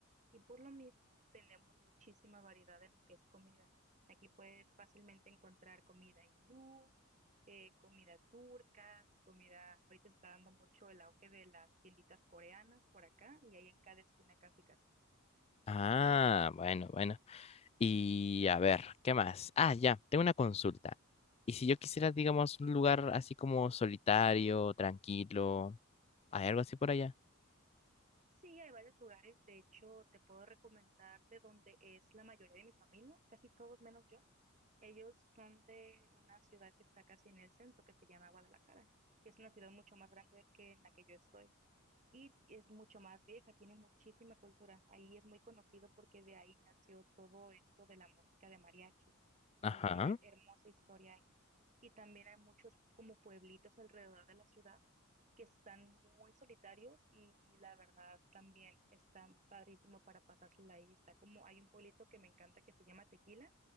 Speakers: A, on the right; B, on the left.
A: Y por lo mismo, tenemos muchísima variedad en lo que es comida. Aquí puedes fácilmente encontrar comida hindú, eh, comida turca, comida, ahorita se está dando mucho el auge de las tienditas coreanas por acá, y hay en cada esquina casi casi.
B: Ah, bueno, bueno. Y a ver, ¿qué más? Ah, ya, tengo una consulta. Y si yo quisiera, digamos, un lugar así como solitario, tranquilo, ¿hay algo así por allá?
A: Sí, hay varios lugares, de hecho, te puedo recomendar de donde es la mayoría de mi familia, casi todos menos yo. Ellos son de una ciudad que está casi en el centro, que se llama Guadalajara, que es una ciudad mucho más grande que en la que yo estoy y es mucho más vieja, tiene muchísima cultura. Ahí es muy conocido porque de ahí nació todo esto de la música de mariachi.
B: Ajá.
A: Entonces tiene hermosa historia ahí. Y también hay muchos como pueblitos alrededor de la ciudad que están muy solitarios y la verdad también está padrísimo para pasársela ahí. Está como hay un pueblito que me encanta que se llama Tequila,